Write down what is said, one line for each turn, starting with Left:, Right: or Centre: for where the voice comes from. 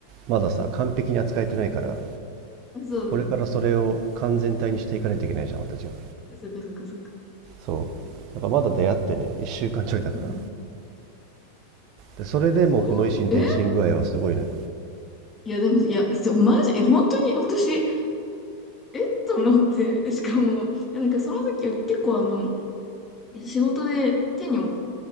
Right: まださ完璧に扱えてないから
Left: あそうだね。
Right: これからそれを完全体にしていかないといけないじゃん俺たちは
Left: そっかそっかそっか。
Right: そうだからまだ出会ってね1週間ちょいだから
Left: うん。
Right: でそれでもうこの維新伝心具合はすごいのよ
Left: そう、えいや、でも、いや、そう、マジ、え、本当に私、えと思って、しかも、いやなんかその時結構あの、仕事で手にお、